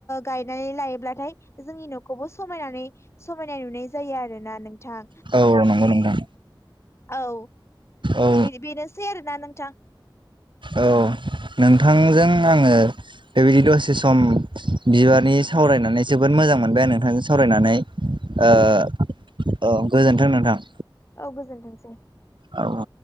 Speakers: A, on the left (about 30°); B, on the right (about 70°).
A: गायनानै लायोब्लाथाय जोंनि न'खौबो समायनानै समायनाय नुनाय जायो आरोना नोंथां
B: औ औ नंगौ औ नंगौ नोंथां
A: औ
B: औ
A: बि बिनोसै आरो ना नोंथां
B: औ नोंथांजों आङो बेबायदि दसे सम बिबारनि सावरायनानै जोबोद मोजां मोजां मोनबाय आं नोंथांजों सावरायनानै औ गोजोन्थों नोंथां
A: औ गोजोनथोंसै
B: औ औ